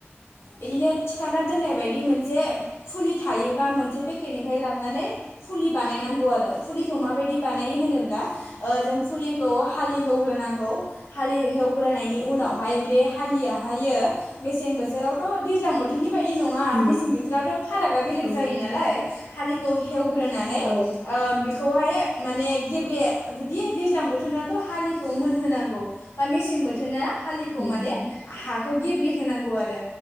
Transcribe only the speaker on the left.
बिदिनो सिखाना दोननाय बायदि मोनसे फुलि थायोबा मोनसे पेकेटनिफ्राय लाबनानै फुलि बानायनां आरो फुलिखौ माबादि बानायो होनोबा ओ जों फुलिखौ हालिएहो नांगौ हालि एवग्रोनायनि उनावहाय बे हालियाहायो मेसें बोथोरावथ' दैज्लां बो नङा
मेसें बोथोरावथ' फारागा बेलेग
जायो नालाय हालिखौ हेवग्रोनानै
बेखौहाय माने गेब्ले जुदि दैज्लां बोथोराथ' हालिखौ मोनहोनांगौ बा मेसें बोथोरा हालिखौ
माने
हाखौ गेब्लेहोनांगौ आरो